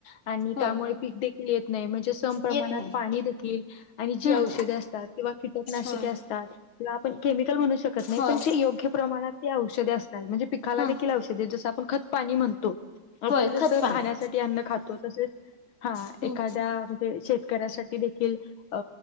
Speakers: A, on the left; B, on the left.
A: आणि त्यामुळे
B: होय
A: पीक देखील येत नाही म्हणजे उत्तम प्रमाणात
B: येत नाही
A: पाणी देखील आणि जी
B: हम्म
A: औषधे असतात किंवा किटकनाशके
B: होय
A: असतात, त्याला आपण केमिकल म्हणू शकत नाही
B: होय
A: पण जे योग्य प्रमाणात जी औषधे असतात म्हणजे पिकाला
B: हम्म
A: देखील औषध जस आपण खतपाणी म्हणतो आपण
B: होय
A: जस
B: खत पाणी
A: खाण्यासाठी अन्न खातो तसे हा
B: हम्म
A: एखाद्या म्हणजे शेत कऱ्यासाठी देखील अ